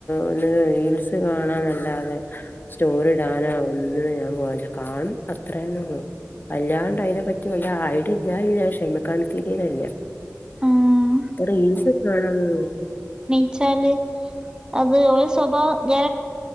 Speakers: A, on the left; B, on the right.
A: ഒന്ന് റീൽസ് കാണാനല്ലാതെ സ്റ്റോറി ഇടാനാേ ഒന്നിനും ഞാൻ പോവലില്ല കാണും അത്രന്നെ ഒള്ളൂ അല്ലാണ്ട് അയിനെ പ്പറ്റി വല്ല ഐഡിയ ഇല്ലാഞ്ഞല്ലാ പക്ഷെ അയിമങ്ങക്കട്ട് തിരീണില്ല.
B: ഉം
A: റീൽസ് കാണാന്
B: വച്ചാല് അത് ഒലെ സ്വഭാവം ഞാന്